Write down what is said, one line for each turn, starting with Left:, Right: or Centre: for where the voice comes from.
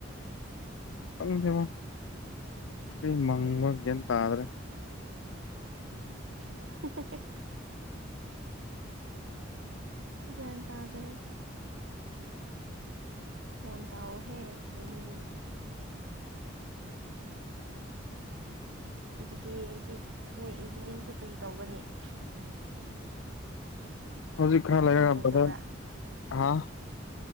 Left: ꯈꯪꯗꯦꯕꯣ ꯊꯔꯤ ꯃꯪꯕ ꯒ꯭ꯌꯥꯟ ꯇꯥꯗ꯭ꯔꯦ
Right: <unintelligible> ꯒ꯭ꯌꯥꯟ ꯇꯥꯗ꯭ꯔꯦ ꯒ꯭ꯌꯥꯟ ꯇꯥꯑꯣꯍꯦ ꯀꯩꯅꯣꯅꯦ ꯑꯗꯨꯗꯤ ꯍꯧꯖꯤꯛ ꯅꯣꯏ ꯏꯚꯤꯅꯤꯡꯁꯦ ꯀꯔꯤ ꯇꯧꯒꯅꯤ <inaudible>
Left: ꯍꯧꯖꯤꯛ ꯈꯔ
Right: ꯊꯕꯛ
Left: ꯂꯦꯔꯒ
Right: ꯇꯧꯗꯕ꯭ꯔꯥ
Left: ꯕꯖꯥꯔ ꯍꯥ